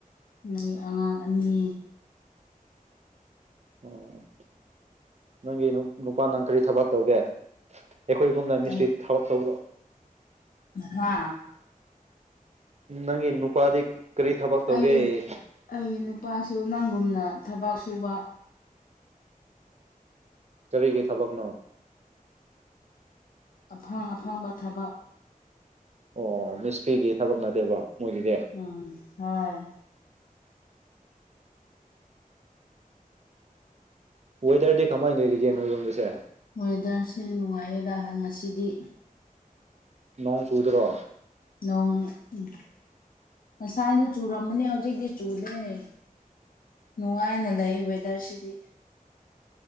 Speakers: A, on the left; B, on the right.
A: ꯅꯣꯏ ꯑꯉꯥꯡ ꯑꯅꯤ
B: ꯑꯣ ꯅꯪꯒꯤꯅ ꯅꯨꯄꯥꯥꯟꯅ ꯀꯔꯤ ꯊꯕꯛ ꯇꯧꯒꯦ ꯑꯩꯈꯣꯏꯒꯨꯝꯅ ꯃꯤꯁꯇ꯭ꯔꯤ
A: ꯑꯩ
B: ꯊꯕꯛ ꯇꯧꯕ꯭ꯔꯣ
A: ꯍꯥ
B: ꯅꯪꯒꯤ ꯅꯨꯄꯥꯗꯤ ꯀꯔꯤ ꯊꯕꯛ ꯇꯧꯒꯦ
A: ꯑꯩꯒꯤ ꯑꯩꯒꯤ ꯅꯨꯄꯥꯁꯨ ꯅꯪꯒꯨꯝꯅ ꯊꯕꯛ ꯁꯨꯕ
B: ꯀꯔꯤꯒꯤ ꯊꯕꯛꯅꯣ
A: ꯑꯐꯪ ꯑꯐꯪꯕ ꯊꯕꯛ
B: ꯑꯣ ꯃꯤꯁꯇ꯭ꯔꯤꯒꯤ ꯊꯕꯛ ꯅꯠꯇꯦꯕ ꯃꯣꯏꯒꯤꯗꯤ
A: ꯎꯝ ꯍꯣꯏ
B: ꯋꯦꯗꯔꯗꯤ ꯀꯃꯥꯏꯅ ꯂꯩꯔꯤꯒꯦ ꯅꯣꯏ ꯌꯣꯝꯗꯁꯦ
A: ꯋꯦꯗꯔꯁꯦ ꯅꯨꯡꯉꯥꯏꯌꯦꯗ ꯉꯁꯤꯗꯤ
B: ꯅꯣꯡ ꯆꯨꯗ꯭ꯔꯣ
A: ꯅꯣꯡ ꯎꯝ ꯉꯁꯥꯏꯗꯣ ꯆꯨꯔꯝꯕꯅꯦ ꯍꯧꯖꯤꯛ ꯗꯤ ꯆꯨꯗꯦꯅꯦ ꯅꯨꯡꯉꯥꯏꯅ ꯂꯩ ꯋꯦꯗꯔꯁꯤꯗꯤ